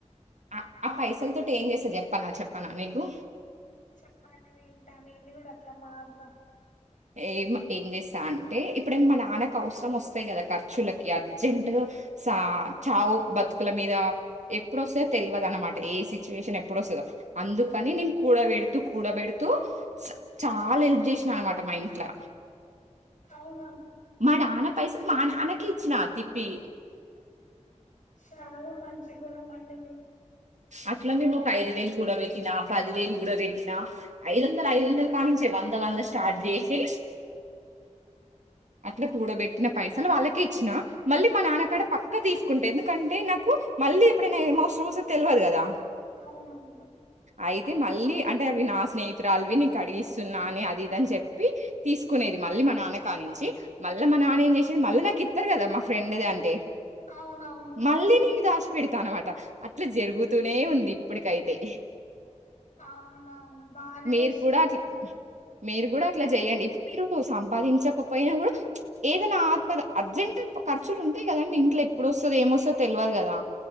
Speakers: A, on the right; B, on the left.
A: ఆ ఆ పైసలతోటి ఏం చేస్త చెప్పనా చెప్పనా నీకు
B: చెప్పండి వింటా నిను కూడా అట్లా మారుత
A: ఏమ్ ఏం చేస్తా అంటే ఎప్పుడైనా మా నాన్నకు అవసరమొస్తాయ్ కదా ఖర్చులకి అర్జెంట్ గా సా చావు బతుకుల మీద ఎప్పుడొస్తయో తెలువదన్నమాట ఏ సిచ్యువేషన్ ఎప్పుడొస్ అందుకని నేను కూడ పెడుతూ కూడ పెడుతూ చాలా హెల్ప్ చేసిననమాట మా ట్లా
B: అవునా
A: మా నాన్న పైసలు మా నాన్నకి ఇచ్చినా తిప్పి
B: చాలా మంచి గుణమండి మీరు
A: అట్లనే ఒక ఐదు వేలు కూడపెట్టినా పదివేలు కూడా పెట్టినా ఐదు వందలు ఐదు వందలు కాన్నించి వంద వంద స్టార్ట్ చేసి అట్లా కూడబెట్టిన పైసలు వాళ్ళకే ఇచ్చినా. మళ్ళ మా నాన్నకాడ పక్క తీసుకుంట. ఎందుకంటే నాకు మళ్ళీ ఎప్పుడైనా ఏమి అవసరం వస్తదో తెలియదు కదా.
B: అవునవును
A: అయితే మళ్ళీ అంటే అవి నా స్నేహితురాలువి నేను కడిగిస్తున్నా అని అది ఇదని చెప్పి తీసుకున్ నేది మళ్ళీ మా నాన్నకాన్నించి మల్ల మా నాన్న ఏం చేసేది మళ్ళీ నాకిత్తరు కదా మా ఫ్రెండ్ ది అంటే
B: అవునవును
A: మళ్ళి నిన్ని దాష్ పెడతా అన్నమాట అట్లా జరుగుతూనే ఉంది ఇప్పటికైతే
B: అవునా బానే
A: మీరు
B: చేస్తున్నారండి
A: కూడా అట్లా మీరు కూడా అట్లా చెయ్యండి ఇప్పుడు మీరు సంపాదించక పొయినా కూడా ఏదన్నా ఆపద అర్జెంట్ గా ఖర్చులుంటాయి కదండి. ఇంట్ల ఎప్పుడు ఒస్తది ఏమొస్తదొ తెలువ కదా